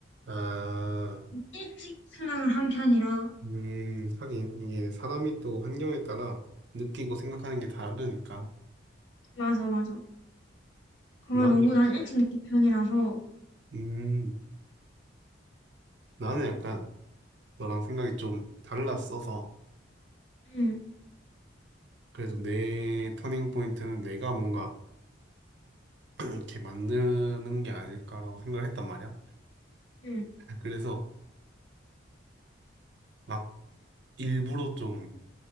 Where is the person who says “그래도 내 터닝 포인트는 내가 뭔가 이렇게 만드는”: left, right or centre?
Right